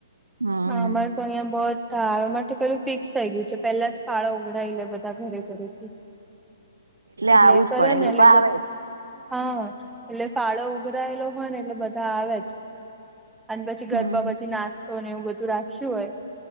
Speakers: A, on the right; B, in the centre.
A: હમ
B: ના અમાર તો અહીંયા બધા આવે <inaudible> ફિક્સ થઈ ગયું છે પેલા જ ફાળો ઉગડઈ લે બધા ઘરે ઘરેથી એટલે
A: આવું
B: એ
A: જ
B: કરે
A: પડે
B: ને
A: લોકો
B: એટલે
A: આવે
B: બધું
A: જ.
B: હા એટલે ફાળો ઉઘરાયેલો હોયને એટલે બધા આવે જ અને પછી
A: હમ
B: ગરબા પછી નાસ્તો ને એવું બધું રાખ્યું હોય